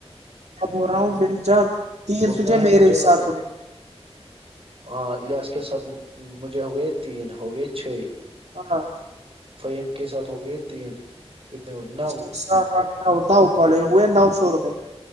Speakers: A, on the right (about 85°); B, on the right (about 60°).
A: اب ہو رہا ہوں میری جان تین
B: اس
A: تجھے
B: میں ہے
A: میرے
B: مجھے
A: ہی
B: لگ
A: ساتھ ہوئے
B: ہاں ایاس کے ساتھ مجھے ہوگئے تین ہوگئے چھ
A: ہاں
B: فہیم کے ساتھ ہو گئی تین کتنے ہو <unintelligible>
A: چھ سات آٹھ نو نو کالے ہوئے نو سو روپئے